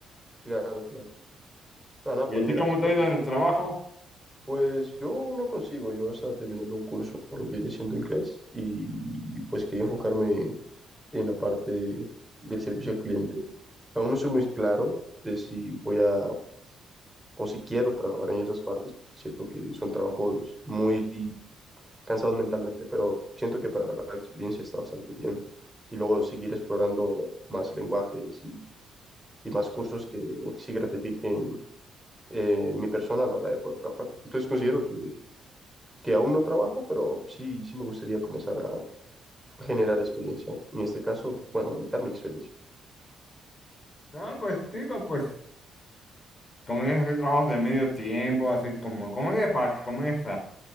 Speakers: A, in the centre; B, on the left.
A: claro, claro. Nada, nada,
B: ¿Y
A: pues
B: a ti
A: mira,
B: cómo
A: espero
B: te ha ido
A: que,
B: en el trabajo?
A: pues yo lo consigo, yo estaba terminando un curso por lo que viene siendo inglés y pues quería enfocarme en la parte del servicio al cliente. Aún no soy muy claro de si voy a o si quiero trabajar en esas partes, porque siento que son trabajos muy cansados mentalmente, pero siento que para la experiencia está bastante bien. Y luego seguir explorando más lenguajes y más cursos que sí gratifiquen eh, mi persona a la hora de poder trabajar. Entonces considero que, que aún no trabajo, pero sí, sí me gustaría comenzar a generar experiencia. En este caso, bueno, aumentar mi experiencia.
B: Ah, pues digo, pues como dices, hay trabajos de medio tiempo, así como, como dices, para que comiences